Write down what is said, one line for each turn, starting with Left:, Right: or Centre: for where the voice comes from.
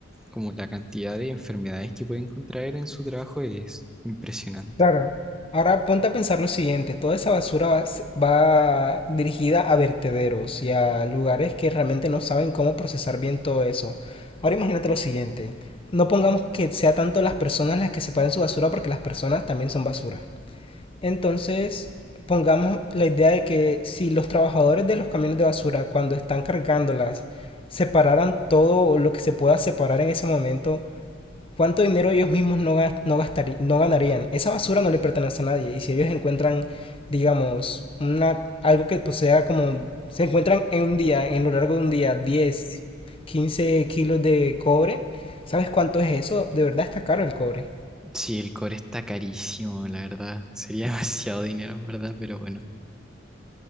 Centre: Como la cantidad de enfermedades que pueden contraer en su trabajo es impresionante.
Left: Claro. Ahora ponte a pensar lo siguiente, toda esa basura va, s- va dirigida a vertederos y a lugares que realmente no saben cómo procesar bien todo eso. Ahora imagínate lo siguiente, no pongamos que sea tanto las personas las que separen su basura porque las personas también son basura. Entonces, pongamos la idea de que si los trabajadores de los camiones de basura cuando están cargándolas separaran todo lo que se pueda separar en ese momento, ¿Cuánto dinero ellos mismos no, gas- no, gastarí- no ganarían? Esa basura no le pertenece a nadie. Y si ellos encuentran, digamos, una, algo que posea como... Se encuentran en un día, en lo largo de un día, diez, quince kilos de cobre. ¿Sabes cuánto es eso? De verdad está caro el cobre.
Centre: Sí, el cobre está carísimo, la verdad. Sería <laughs> demasiado dinero, en verdad, pero bueno.